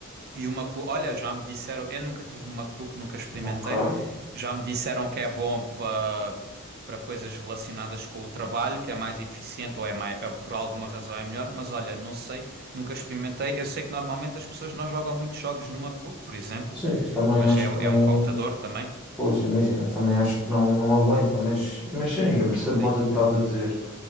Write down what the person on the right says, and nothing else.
E o MacBook, olha, já me disseram, eu nunca tive um MacBook, nunca experimentei.
Já me disseram que é bom para para coisas relacionadas com o trabalho, que é mais eficiente ou é mais, é- por alguma razão é melhor, mas olha, não sei, nunca experimentei. Eu sei que normalmente as pessoas não jogam muitos jogos no MacBook, por exemplo,
mas
é, é
um computador também.
Sim.